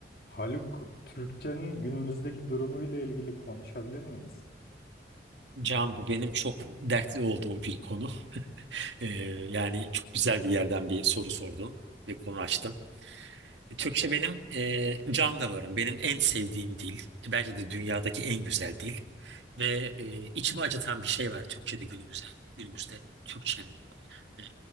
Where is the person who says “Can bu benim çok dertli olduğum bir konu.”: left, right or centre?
Right